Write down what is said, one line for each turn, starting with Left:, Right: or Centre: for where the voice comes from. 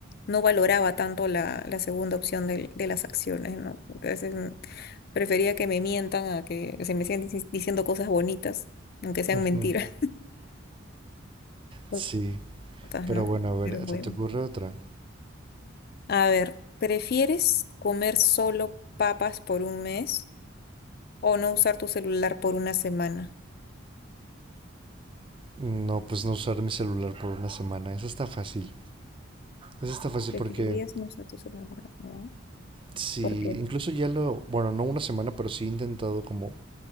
Left: no valoraba tanto la, la segunda opción del- de, las acciones, ¿no? Entonces mm, prefería que me mientan a que se me sigan dici- diciendo cosas bonitas, aunque sean
Right: Ujú.
Left: mentiras, <laughs>
Right: Sí,
Left: cortas,
Right: pero
Left: ¿no?
Right: bueno, a ver,
Left: Pero bueno.
Right: ¿se te ocurre otra?
Left: A ver, ¿prefieres comer solo papas por un mes o no usar tu celular por una semana?
Right: No, pues no usar mi celular por una semana, esa está fácil. esa está fácil
Left: Preferirías
Right: porque
Left: no usar tu celular por una semana.
Right: sí
Left: ¿Por qué?
Right: incluso ya lo, bueno, no una semana, pero sí he intentado como